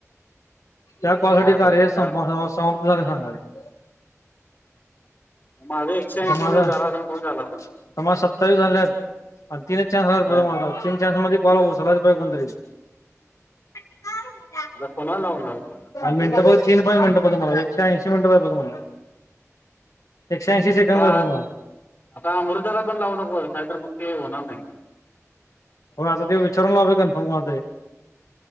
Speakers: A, on the left (about 85°); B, on the left (about 35°).
A: त्या कलासाठी
B: काय
A: कार्य
B: माहिती काय
A: समाप्त झाले सांगा <unintelligible>
B: माझं एकशे ऐंशी
A: आता माझ
B: मिनिट
A: आता
B: झाला असेल फोन झाला असेल
A: माझ सत्तवीस झाल्यात. आणि तीनच न्स
B: हा
A: राला तीनचा्समध्ये <unintelligible> सला पा कोणतरी <unintelligible>
B: आता कोणाला लावणार तुही.
A: मिनटंघ तीन पाच मिनटंम्हाला एकशे ऐंशी मिनटं तुम्हाला एकशे ऐंशी, सेकंद
B: आता
A: पाहिजे मला
B: आता अ मृताला पण लावू नको नाहीतर मग ते होणार नाही.
A: हो आता ते विचारयलाववे कन्फर्म कुणाला तरी.